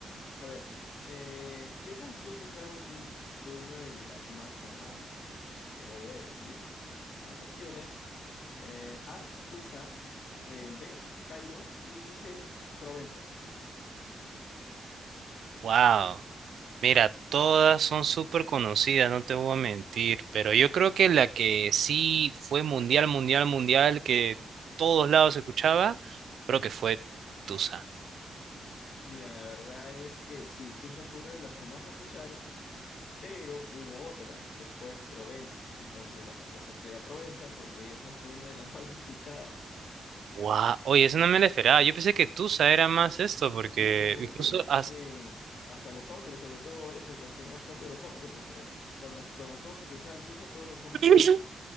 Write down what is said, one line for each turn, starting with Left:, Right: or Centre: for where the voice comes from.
Left: A ver, eh, ¿qué canción de Karol G fue una de las más sonadas? Te voy a decir las opciones. eh, A, Tusa, eh, B, Cairo y C, Provenza.
Right: Wow, mira, todas son súper conocidas, no te voy a mentir, pero yo creo que la que sí fue mundial, mundial, mundial, que todos lados se escuchaba, creo que fue Tusa.
Left: Mira, la verdad es que sí, Tusa fue una de las que más escucharon, pero hubo otra que fue Provenza. Entonces la respuesta es que era Provenza porque esa fue una de las <laughs> más escuchadas.
Right: Wow, oye, eso no me la esperaba, yo pensé que Tusa era más esto, porque
Left: Sí, yo me Sí. acuerdo
Right: incluso...
Left: que la gente,
Right: as-
Left: hasta los hombres, sobre todo, era su canción más top de los hombres porque cuando, cuando todos escuchaban Tusa, todos los hombres
Right: <laughs>
Left: cambiaban.